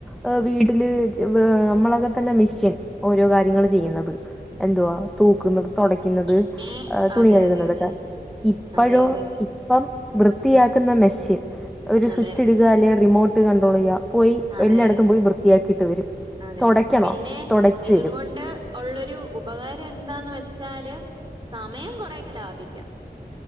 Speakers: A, in the centre; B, on the right.
A: ആ വീട്ടില് <unintelligible> നമ്മള ഇതൊക്ക തന്നെ മെഷീൻ ഓരോ കാര്യങ്ങൾ ചെയ്യുന്നത് എന്തോ തൂക്കുന്നത് തുടയ്ക്കുന്നത്
B: പിന്നെ
A: തുണി
B: അതെ
A: കഴുകുന്നതൊക്കെ
B: അതെ അതെ
A: ഇപ്പോഴോ
B: അതെ അതെ
A: ഇപ്പം വൃത്തിയാക്കുന്ന മെഷീൻ ഒരു
B: അതെ
A: സ്വിച്ച് ഇടക്കുക അല്ലെിൽ റിമോട്ട് കണ്ട്രോൾ ചെയ്യുക പോയി
B: അതെ
A: എല്ലായിടത്തും പോയി വൃത്തിയാക്കിട്ട് വരും
B: അതെ
A: തുടയ്ക്കണോ
B: പിന്നെ
A: തുടച്ചു
B: ഇതും
A: തരും
B: കൊണ്ട് ഉള്ളൊരു ഉപകാരം എന്താന്ന് വെച്ചാല് സമയം കൊറെേയൊക്കെ ലാഭിക്കാം